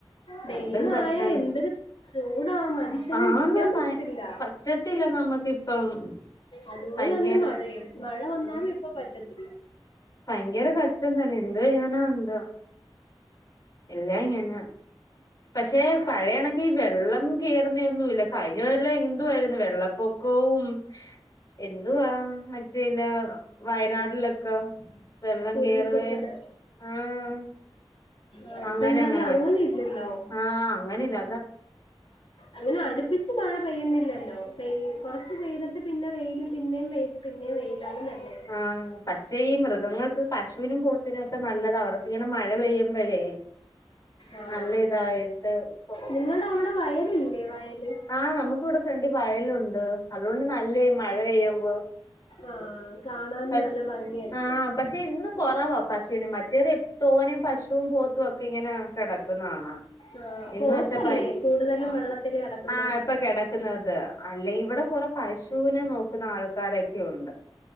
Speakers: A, on the left; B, on the left.
A: വെയിലായ
B: രണ്ടും കഷ്ടാണ്
A: എന്തൊരു ചൂടാ മനു ആ സമയം
B: ആന്ന്
A: നിക്കാൻ പറ്റത്തില്ല
B: പ പറ്റത്തില്ല നമ്മക്കിപ്പം
A: അതുപോലെ
B: ഭയങ്കര
A: തന്നെ മഴയും മഴ വന്നാലും
B: ഉം
A: ഇപ്പ പറ്റത്തില്ല
B: ഭയങ്കര കഷ്ടം തന്നെ എന്തു ചെയ്യാന എന്തോ എല്ലാ ഇങ്ങന പക്ഷെ പഴയ കണക്ക് വെള്ളം കേറുന്നഒന്നുല്ലാ കഴിഞ്ഞ കൊല്ലം എന്തുവായിരുന്നു വെള്ളപ്പൊക്കവും എന്തുവാ മറ്റേല്ല വയനാടിലൊക്കെ വെള്ളം
A: ഉരുൾപൊട്ടല്
B: കേറവെ ആഹ്
A: ആ
B: അങ്ങനെ
A: ഇപ്പ എന്തായാലും
B: അങ്ങനെ പക്ഷെ
A: ഇല്ലല്ലോ
B: ആഹ് അങ്ങനെല്ല
A: അങ്ങനെ അടുപ്പിച്ച് മഴ പെയ്യുന്നില്ലല്ലോ പെയ് കുറച്ച് പെയ്തിട്ട് പിന്നെ വെയില് പിന്നെയും പെയ്ത് പിന്നേം വെയില് അങ്ങനെയല്ലെ
B: ആഹ് പക്ഷേ ഈ മൃഗങ്ങൾക്ക് പശുവിനും പോ ത്തിനൊക്കെ നല്ലതാ അവർക്ക് ഇങ്ങനെ മഴ പെയ്യുമ്പഴേ
A: ആഹ്
B: നല്ല ഇതായിട്ട് പോവും
A: നിങ്ങടെ അവിടെ വയലില്ലേ വയല്
B: ആഹ് നമുക്കിവിടെ ഫ്രണ്ടിൽ വയലുണ്ട് അതുകൊണ്ട് നല്ല മഴ പെയ്യുമ്പോ
A: ആഹ് കാണാൻ
B: പശു
A: നല്ല ഭംഗിയായിരിക്കും
B: ആഹഹ് പക്ഷേ ഇന്ന് കൊറവാ പശുവിനെ മറ്റേത് തോനേ പശുവും പോത്തുവൊക്കെ ക്കെങ്ങനെ കിടക്കുന്ന കാണാം
A: ആഹ്
B: എന്നുവെച്ച
A: പോത്തല്ലേ
B: ഇപ്പൊ
A: കൂടുതലും വെള്ളത്തില് കിടക്കുന്നേ
B: ആഹ് ഇപ്പ കെടക്ക ക്കുന്നത് അല്ലെങ്കി ഇവിടെ കൊറ പശുവിനെ നോക്കുന്ന ആൾക്കാരൊക്കെയുണ്ട്